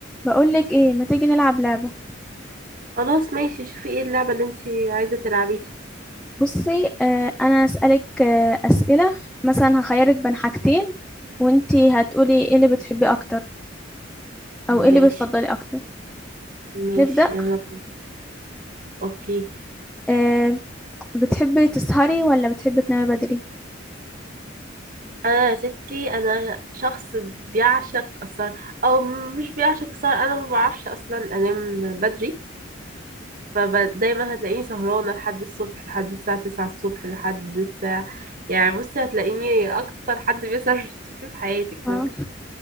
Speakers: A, in the centre; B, on the right.
A: بقولك ايه ما تيجي نلعب لعبة
B: خلاص ماشي شوفي ايه اللعبة اللي انتي عايزة تلعبيها
A: بصي آه انا اسألك آه اسئلة مثلا هخيرك بين حاجتين وانتي هتقولي ايه اللي بتحبي اكتر او ايه اللي
B: ماشي
A: بتفضلي اكتر
B: ماشي
A: نبدأ
B: يلا بينا اوكي
A: آه بتحبي تسهري ولا بتحبي تنامي بدري
B: انا يا ستي انا شخص بيعشق السهر او مش بيعشق السهر انا ما بعرفش اصلا انام بدري فدايما هتلاقيني سهرانة لحد الصبح لحد الساعة تسعة الصبح لحد الساعة يعني بصي هتلاقيني اكتر حد بيسهر <laughs> تشوفيه في حياتك
A: اه
B: مثلا